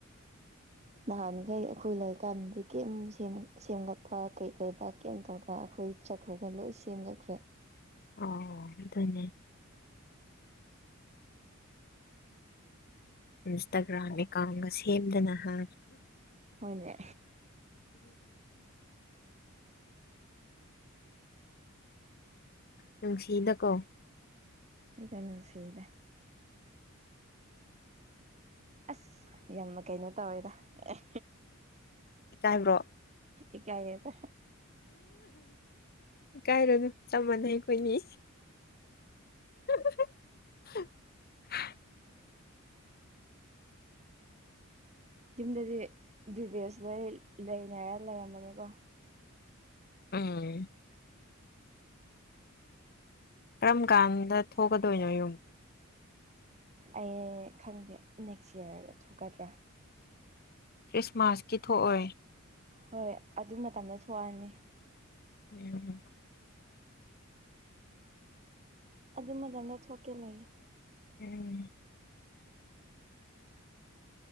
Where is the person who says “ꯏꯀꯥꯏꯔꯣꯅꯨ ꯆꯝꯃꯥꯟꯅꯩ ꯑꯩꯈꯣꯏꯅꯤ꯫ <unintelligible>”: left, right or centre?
Left